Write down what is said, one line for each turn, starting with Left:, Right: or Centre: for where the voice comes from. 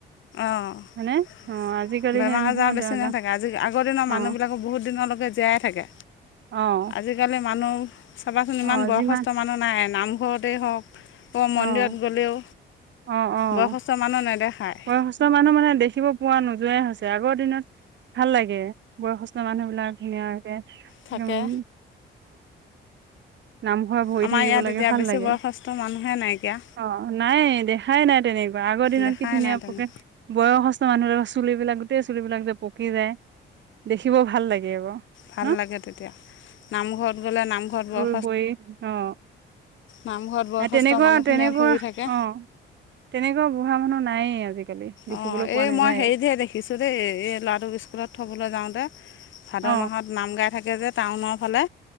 Left: অহ।
Right: হয়নে? অ', আজিকালি
Left: বেমাৰ
Right: সেই নোহোৱা
Left: আজাৰ বেছি
Right: দা দা
Left: নথাকে আজি আগৰ দিনৰ
Right: অ',
Left: মানুহবিলাক বহুদিনলৈকে জীয়াই জীয়াই থকে।
Right: অ',
Left: আজিকালিৰ মানুহ চাবাচোন
Right: অ',
Left: ইমান বয়সস্থ
Right: যিমান
Left: মানুহ নাই, নামঘৰতেই হওঁক। আকৌ
Right: অ',
Left: মন্দিৰত গ'লেও,
Right: অ', অ'।
Left: বয়সস্থ মানুহ নেদেখায়।
Right: বয়সস্থ মানুহ মানে দেখিব পোৱা নোযোৱাই হৈছে, আগৰ দিনত ভাল লাগে। বয়সস্থ মানুহবিলাক ধুনীয়াকে।
Left: থাকে
Right: উম। নামঘৰা ভৰি
Left: আমাৰ
Right: থাকিব
Left: ইয়াত
Right: লাগে
Left: এতিয়া
Right: ভাল
Left: বেছি
Right: লাগে।
Left: বয়সস্থ মানুহে নাইকিয়া
Right: অহ নাই এই দেখা দেখাই নাই তেনেকুৱা, আগৰ দিনত
Left: দেখাই
Right: কি ধুনীয়া
Left: নাই তেনে
Right: থাকে বয়সস্থ মানুহ চুলিবিলাক গোটেই চুলিবিলাক যে পকি যায়, দেখিব ভাল লাগে আকৌ।
Left: ভাল
Right: ন
Left: লাগে তেতিয়া, নামঘৰত গ'লে নামঘৰত বৰ
Right: বই অহ।
Left: নামঘৰত বয়সস্থ
Right: আৰু তেনেকুৱা
Left: মানুহখিনিয়ে
Right: তেনেকুৱা
Left: ভৰি থাকে
Right: অহ, তেনেকুৱা বুঢ়া মানুহ নায়েই আজিকালি। দেখিবলৈ
Left: অহ,
Right: পোৱা
Left: এই
Right: নাযায়
Left: মই হেৰিতহে দেখিছোঁ দেই, এই ল'ৰাটোক স্কুলত থবলৈ যাওঁতে। ভাদ
Right: অ
Left: মাহত নাম গাই থাকে যে টাউনৰ ফালে,